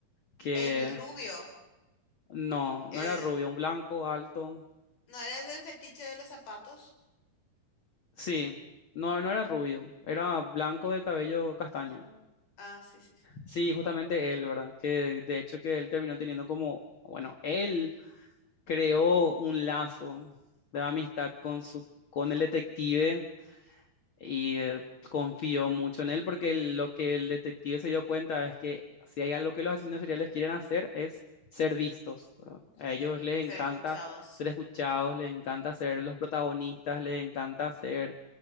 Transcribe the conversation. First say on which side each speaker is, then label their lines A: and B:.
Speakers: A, on the left (about 45°); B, on the left (about 80°).
A: que
B: El rubio.
A: no,
B: El...
A: no era rubio, un blanco alto.
B: ¿No era el del fetiche de los zapatos?
A: Sí, no, no era rubio, era blanco de cabello castaño.
B: Ah, ah, sí, sí, sí.
A: Sí, justamente él, ¿verdad? Que de hecho que él terminó teniendo como, bueno, él creó un lazo de amistad con su, con el detective Y eh, confió mucho en él porque lo que el detective se dio cuenta es que si hay algo que los asesinos
B: Mm.
A: seriales quieren hacer es ser vistos, ¿verdad?
B: Sí,
A: A ellos les
B: ser
A: encanta
B: escuchados.
A: ser escuchados, les encanta ser los protagonistas, les encanta ser